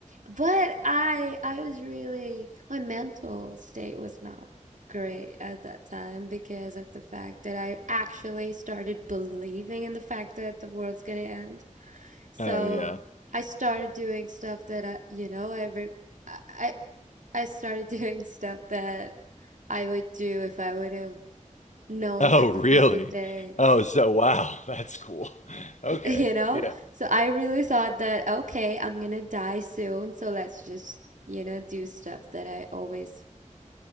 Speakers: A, on the right; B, on the left.
A: but I I was really my mental state was not great at that time because of the fact that I actually started believing in the fact that the world's gonna end. So
B: Oh yeah. <laughs>
A: I started doing stuff that I you know I re- I I I started <laughs> doing stuff that I would do if I would have known
B: Oh
A: that
B: really?
A: this is the day
B: Oh so wow, that's cool. <laughs>
A: <laughs>
B: Okay.
A: you know?
B: Yeah.
A: So I really thought that, okay, I'm gonna die soon, so let's just, you know, do stuff that I always.